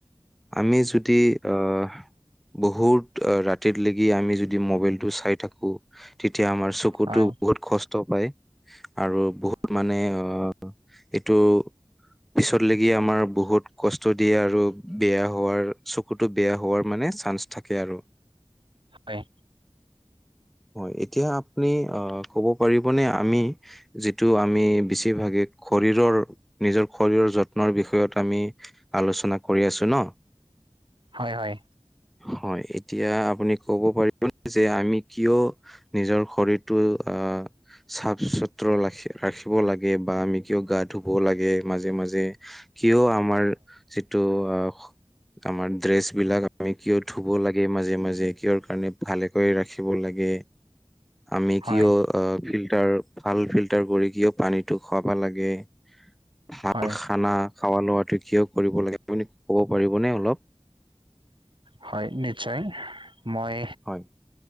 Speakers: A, in the centre; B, on the right.
A: আমি যদি অ বহুত ৰাতিত লেগি আমি যদি মবাইলটো চাই থাকো, তেতিয়া আমাৰ চ কুটো
B: হয় হয়
A: বহুত কষ্ট পায় আৰু বহুত মানে অ এইটো পিছত লেগি আমাৰ বহুত কষ্ট দিয়ে আৰু বেয়া হোৱাৰ চ চকুটো বেয়া হোৱাৰ মানে চান্স থাকে আৰু।
B: হয়।
A: হয়, এতিয়া আপুনি আ কব পাৰিবনে আমি যিটো আমি বেছিভাগে শৰীৰৰ নিজৰ শৰীৰৰ যত্নৰ বিষয়ত আমি আলোচনা কৰি আছো ন?
B: হয়, হয়।
A: হয়, এতিয়া আপুনি ক'ব পাৰিবনে যে আমি কিয় নিজৰ শৰীৰটো আ চাফ চোত্ৰ ৰাখি ৰাখিব লাগে বা আমি কিয় গা ধুব লাগে। মাজে-মাজে কিয় আমাৰ যিটো আ আমাৰ ড্ৰেছ বিলাক আমি কিয় ধুব লাগে মাজে-মাজে, কিহৰ কাৰণে ভালে কৰি ৰাখিব লাগে আমি
B: হয় হয়
A: কিয়? অ ফিল্টাৰ ভাল ফিল্টাৰ কৰি কিয় পানীটো খোৱাব লাগে। ভাল
B: হয়
A: খানা খোৱা লোৱাটো কিয় কৰিব লাগে আপুনি ক'ব পাৰিবনে অলপ?
B: হয় নিশ্চয় মই
A: হয়